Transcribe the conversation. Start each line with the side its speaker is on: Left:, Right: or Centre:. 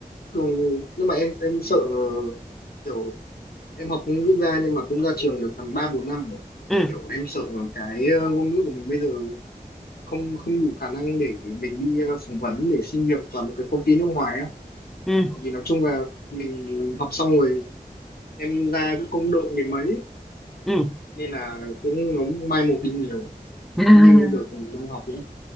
Left: thường nhưng mà em em sợ kiểu em học ngôn ngữ ra nhưng mà cũng ra trường được tầm ba bốn năm rồi.
Centre: Ừ
Left: kiểu em sợ cái ờ, ngôn ngữ của mình bây giờ không không đủ khả năng để mình đi ờ, phỏng vấn để xin việc vào một cái công ty nước ngoài á
Centre: ừ
Left: vì nói chung là mình học xong rồi em ra cũng không đậu đến mấy
Centre: ừ.
Left: nên là cũng nó mai một đi nhiều
Centre: <laughs>
Left: không như đợt mình đang học ấy